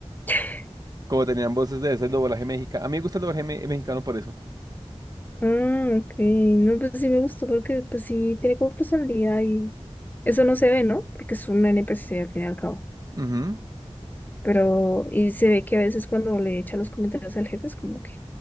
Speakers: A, on the left (about 15°); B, on the right (about 35°).
A: <laughs>
B: como tenían voces de ese doblaje mexicano. A mí me gusta el doblaje me- mexicano por eso.
A: Ah, ok, no, pues sí me gustó porque, pues sí, tiene como personalidad y eso no se ve, ¿no? Porque es un NPC al fin y al cabo.
B: Ujú.
A: Pero, y se ve que a veces cuando le echa los comentarios al jefe es como que